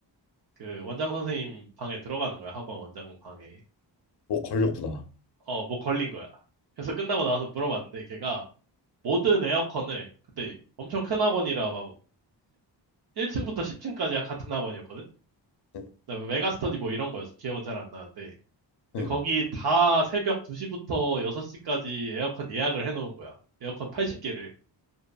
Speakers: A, on the right; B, on the left.
A: 그 원장 선생님 방에 들어가는 거야. 학원 원장 방에.
B: 뭐 걸렸구나.
A: 어, 뭐 걸린 거야. 그래서 끝나고 나와서 물어봤는데 걔가 모든 에어컨을 그때 엄청 큰 학원이라 막 1층부터 1 0층까지야 같은 학원이었거든?
B: 응,
A: 그다음에 메가스터디 뭐 이런 거였어. 기억은 잘 안 나는데. 근데
B: 응.
A: 거기 다 새벽 2시부터 6시까지 에어컨 예약을 해놓은 거야. 에어컨 80개를.